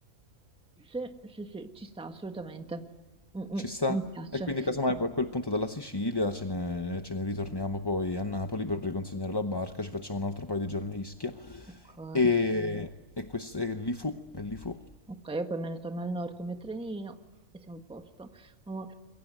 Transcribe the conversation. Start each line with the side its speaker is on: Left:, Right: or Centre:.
Centre: Sì, sì, sì, ci sta assolutamente. Mm, mm,
Left: Ci sta?
Centre: mi piace.
Left: E quindi casomai poi a quel punto dalla Sicilia ce ne, ce ne ritorniamo poi a Napoli per riconsegnare la barca, ci facciamo un altro paio di giorni a Ischia.
Centre: Ok,
Left: E, e, questo, e lì fu, e lì fu.
Centre: ok, io poi me ne torno al nord con il mio trenino e siamo a posto. Oh,